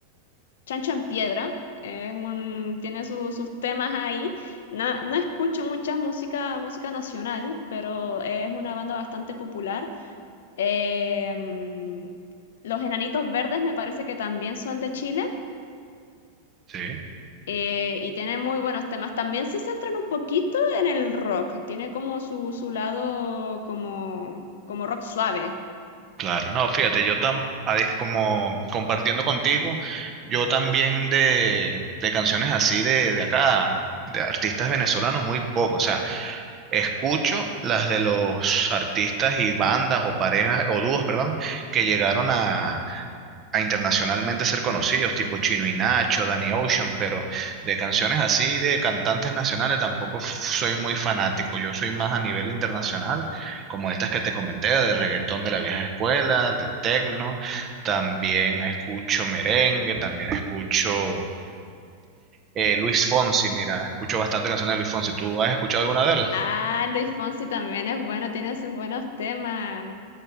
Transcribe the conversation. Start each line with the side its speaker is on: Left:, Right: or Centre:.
Left: Chancho en Piedra, que es un, tiene su- sus temas ahí. No, no escucho mucha música, música nacional, pero es una banda bastante popular. Em, los Enanitos Verdes me parece que también son de Chile
Right: Sí,
Left: eh, y tienen muy buenos temas. También se centran un poquito en el rock. Tiene como su, su lado como, como rock suave.
Right: claro. No, fíjate, yo tam, ade- como compartiendo contigo, yo también de, de canciones así de, de acá, de artistas venezolanos, muy poco. O sea, Escucho las de los artistas y bandas o parejas o dúos, perdón, que llegaron a, a internacionalmente ser conocidos, tipo Chino y Nacho, Danny Ocean, pero de canciones así de cantantes nacionales tampoco f- soy muy fanático. Yo soy más a nivel internacional, como estas que te comenté, de reggaetón de la vieja escuela, de techno, también escucho merengue, también escucho eh, Luis Fonsi. Mira, escucho bastante canciones de Luis Fonsi. ¿Tú has escuchado alguna de él?
Left: Ah, Luis Fonsi también es bueno, tiene sus buenos temas.